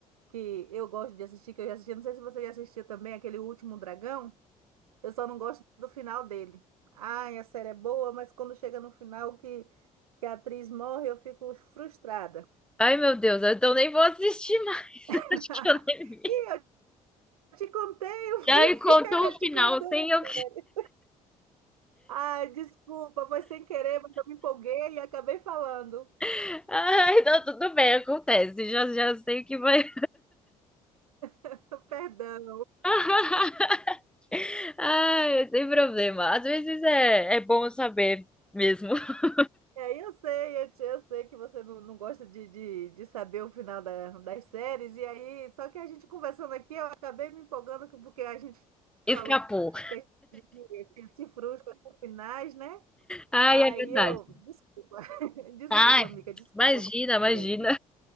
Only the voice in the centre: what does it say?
Ai, meu Deus, então nem vou assistir mais. <laughs>
Acho que eu nem vi.
Já me contou
o
final
sem
eu.
<laughs> Ai, não, tudo bem, acontece. Já, já sei o que vai.
<laughs> Ai, sem problema. Às vezes é, é bom saber mesmo. <laughs>
Escapou.
Ai,
é verdade.
Ai,
imagina,
imagina.